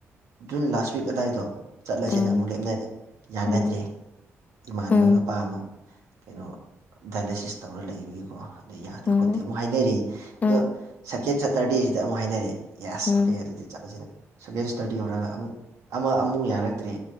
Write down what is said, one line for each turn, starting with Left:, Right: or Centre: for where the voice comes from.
Right: ꯖꯨꯟ ꯂꯥꯁ ꯋꯤꯛ ꯑꯗꯥꯏꯗꯣ ꯆꯠꯂꯁꯦꯅ
Left: ꯎꯝ
Right: ꯑꯃꯨꯛ ꯂꯦꯞꯅꯔꯦ ꯌꯥꯅꯗ꯭ꯔꯦ
Left: ꯎꯝ
Right: ꯏꯃꯥꯟꯅꯕ
Left: ꯎꯝ
Right: ꯃꯄꯥ ꯑꯃ ꯀꯩꯅꯣ ꯗꯥꯏꯂꯦꯁꯤꯁ ꯇꯧꯔ ꯂꯩꯕꯒꯤꯀꯣ ꯑꯗꯨ ꯌꯥꯗꯦ
Left: ꯎꯝ
Right: ꯈꯣꯠꯇꯦ ꯑꯃꯨꯛ ꯍꯥꯏꯅꯔꯤ
Left: ꯎꯝ
Right: ꯑꯗꯣ ꯁꯦꯀꯦꯟ ꯁꯇꯔꯗꯦꯁꯤꯗ ꯑꯃꯨꯛ ꯍꯥꯏꯅꯔꯦ ꯌꯥꯁ
Left: ꯎꯝ
Right: ꯑꯣꯀꯦ ꯑꯗꯨꯗꯤ ꯆꯠꯂꯁꯦꯅ ꯁꯒꯦꯟ ꯁꯤꯁꯇ꯭ꯔꯥꯗꯤ ꯌꯧꯔꯥꯛ ꯑꯒ ꯑꯃꯨꯛ ꯑꯃ ꯑꯃꯨꯛ ꯌꯥꯔꯛꯇ꯭꯭ꯔꯦ